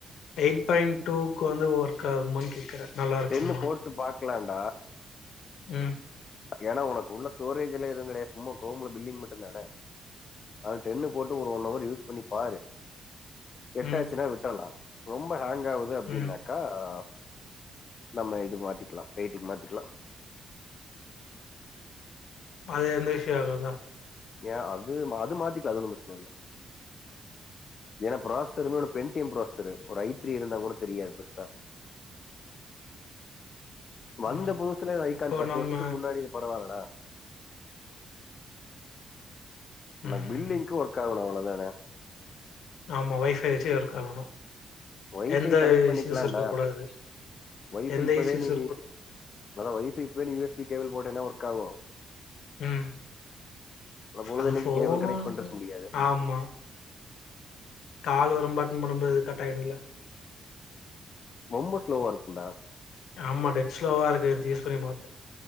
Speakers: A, on the left; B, on the left.
A: எயிட் பாயிண்ட் டூக்கு வந்து ஒர்க் ஆகுமானு கேக்கற நல்லா இருக்குமா
B: டென்னு போட்டு பார்க்கலாம்டா
A: ம்
B: ஏன்னா உனக்கு உள்ள ஸ்டோரேஜ் எல்லா எதுவு கிடையாது சும்மா ஹொம்ல பில்லிங் மட்டு தான அந்த டென்னு போட்டு ஒரு ஒன் ஹவர் யூஸ் பண்ணி பாரு செட்டாச்சுன்னா
A: ம்
B: விட்டல்லா ரொம்ப ஹேங் ஆவுது அப்டின்னா
A: ம்
B: க்கா ஆ நம்ம இது மாத்திக்கலா எயிட்டுக்கு மாத்திக்கலா
A: அது எந்த ஸ்யூ ஆகாதா
B: ஏன் அது அது மாத்திக்கலா அது ஒன்னும் பிரச்சன இல்ல ஏன்னா ப்ராசரு ஒரு பென்டியம் ப்ராசரு ஒரு ஐத்ரி இருந்தா கூட தெரியாது பெருசா வந்த
A: ம்
B: புதுசுல ஐக்கான்
A: இப்போ
B: பத்து
A: நம்ம
B: வருஷத்துக்கு முன்னாடி இது பரவால்லடா உனக்கு
A: ம்
B: பில்லிங்கு ஒர்க் ஆகனு அவ்ளோ தான
A: ஆமா வைஃபை வச்சு ஒர்க் ஆகணு
B: ஒய்ஃபை
A: எந்த
B: கனெக்ட் பண்ணிக்கலான்டா
A: இஷ்யூஸ் இருக்க கூடாது
B: ஒய்ஃபை
A: எந்த
B: இப்பவே
A: இஷ்யூஸ்
B: நீ
A: இருக்க
B: மொத ஒய்ஃபை இப்பவே யு எஸ் பி கேபிள் போட்டையின்னா ஒர்க் ஆவும்
A: ம்
B: அப்றோ பொழுதனைக்கு
A: அது ஃபோன்
B: கேபிள் கனெக்ட் பண்றுக்க முடியாது
A: ஆமா கால் வரும் நம்ப அட்டன் பண்ணும் போது கட் ஆயிடும் இல்ல
B: ரொம்ப ஸ்லோவா இருக்கும்டா
A: ஆமா டெட் ஸ்லோவா இருக்கு <unintelligible> மாத்து